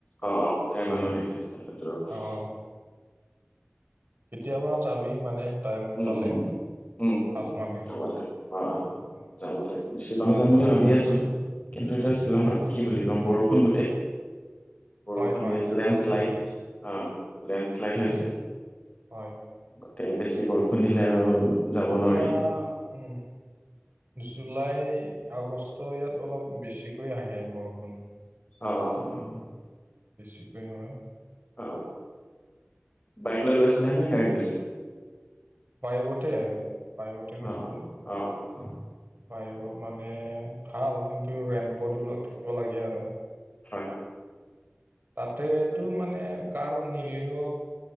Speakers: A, on the left; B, on the right.
A: অঁ, ধেই মানুহ আহিছে তেতিয়া হ'লে দূৰৰ পৰা।
B: অঁ কেতিয়াবা যাবি মানে টাইম
A: উম
B: পালে
A: উম উম
B: ভাল
A: উম
B: মানে।
A: যাব দে অ অ
B: অঁ
A: যাব লাগিব। শ্বিলং যাম বুলি ভাবি আছো কিন্তু এতিয়া শ্বিলঙত
B: অঁ
A: কি বুলি কম বৰষুণ গোটেই বৰষুণ
B: হয় হয়
A: দি আছে।
B: বৰষুণ
A: লেণ্ডশ্লাইড অঁ, লেণ্ডশ্লাইড হৈছে।
B: হয়
A: গোটেই বেছি বৰষুণ দিলে আৰু যাব
B: ইতিয়া
A: নোৱাৰি
B: উম, জুলাই আগষ্ট ইয়াত অলপ বেছিকৈ আহে বৰষুণ।
A: অঁ, অঁ
B: বেছিকৈ হয়।
A: অঁ, বাইক লৈ গৈছিলে নে গাড়ীত গৈছিলে?
B: বাইকতে, বাইকতে গৈছিলোঁ।
A: অ অ অ
B: বাইকত মানে ভাল কিন্তু ৰেনকট এইবিলাক থাকিব লাগে আৰু।
A: হয় হয়।
B: তাতেটো মানে কাৰ নিলিঅ